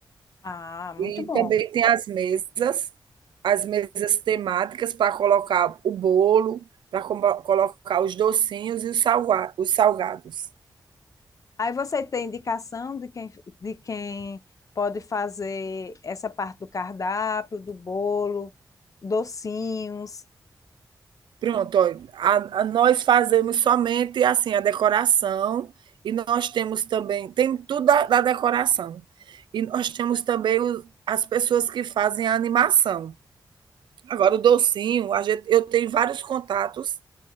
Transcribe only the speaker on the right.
E
também tem as mesas, as mesas temáticas para colocar o bolo, para colocar os docinhos e os salgados.
Pronto, ó, a, a- nós fazemos somente assim a decoração e nós temos também, tem tudo da, da decoração. E nós temos também o- as pessoas que fazem a animação. Agora, o docinho, a gente, eu tenho vários contatos